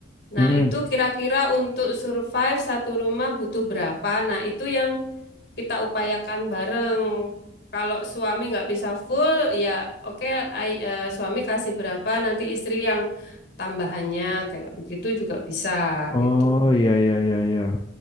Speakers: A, on the left; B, on the left.
A: Nah,
B: mm-mm.
A: itu kira-kira untuk survive satu rumah butuh berapa? Nah, itu yang kita upayakan bareng. Kalau suami nggak bisa full, ya oke, ai- eh, suami kasih berapa, nanti istri yang tambahannya kayak begitu juga bisa
B: Oh
A: gitu.
B: iya iya iya iya.